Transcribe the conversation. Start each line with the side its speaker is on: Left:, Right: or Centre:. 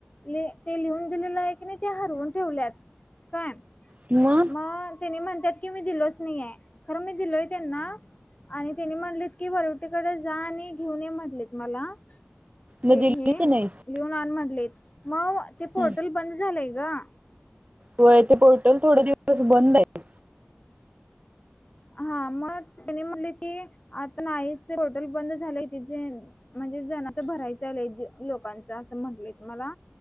Left: ले ते लिहून दिलेलं आहे की नाही ते हरवून ठेवल्यात काय
Right: मग.
Left: मग त्यांनी म्हणत्यात की मी दिलोच नाहीे आहे, खरं मी दिलोय त्यांना. आणि त्यांनी म्हणलेत की वरुटेकडे जा आणि घेऊन ये म्हटलेत मला
Right: मग
Left: ते
Right: दिल्लीच
Left: हे
Right: नाहीस
Left: लिहून आण म्हटलेत मग ते पोर्टल
Right: हं.
Left: बंद झालंय गं.
Right: होय ते पोर्टल थोडे दिवस बंद आहे.
Left: हा मग त्यानी म्हटले ते आता नाहीच पोर्टल बंद झाले तिथे म्हणजे जनाच भरायचयं लय लोकांचा असं म्हटलेत मला.